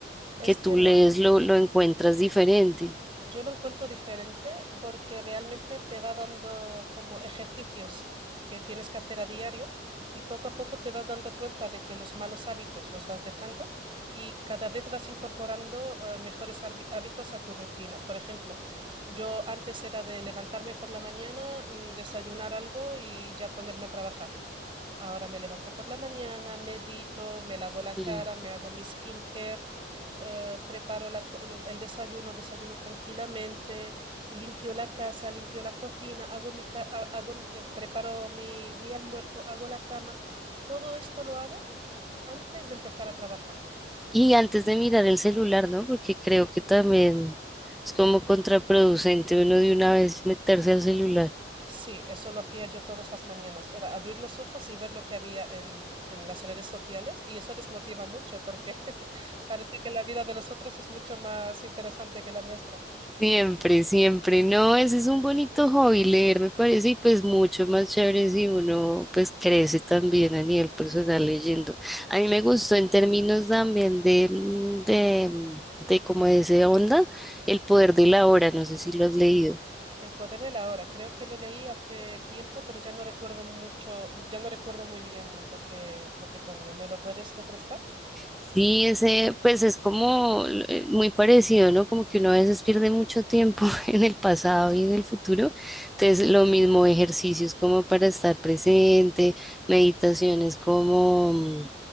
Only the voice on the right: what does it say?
Este
no.
Yo lo encuentro diferente porque realmente te va dando como ejercicios que tienes que hacer a diario y poco a poco te vas dando cuenta de que los malos hábitos los vas dejando y cada vez vas incorporando eh, mejores harbi- hábitos a tu rutina. Por ejemplo, yo antes era de levantarme por la mañana, mm, desayunar algo y ya ponerme a trabajar. Ahora me levanto por la mañana, medito, me lavo la
cara, me hago mi skincare, eh, preparo la co- el el desayuno, desayuno tranquilamente, limpio la casa, limpio la cocina, hago mi ca- ha- hago, mi- eh, preparo mi, mi almuerzo, hago la cama. Todo esto lo hago antes de empezar a trabajar.
Sí, eso lo hacía yo todas las mañanas. Era abrir los ojos y ver lo que había en, en las redes sociales y eso desmotiva mucho porque <laughs> parece que la vida de los otros es mucho más interesante que la nuestra.
El poder de la hora, creo que lo leí hace tiempo, pero ya no recuerdo mucho, ya no recuerdo muy bien lo que, lo que ponía. ¿Me lo puedes refrescar?